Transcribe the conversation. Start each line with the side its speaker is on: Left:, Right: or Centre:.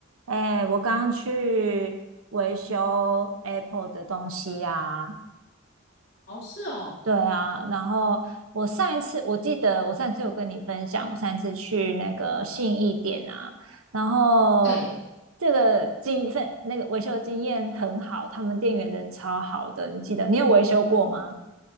Right: 哎，我刚刚去维修 Apple 的东西呀、
Left: 哦，是哦，
Right: 对啊，然后我上一次我记得我上一次有跟你分享，我上一次去那个信义店啊，然后这个经份那个维修经验很好，
Left: 对，
Right: 他们店员人超好的，你记得你有维修过吗？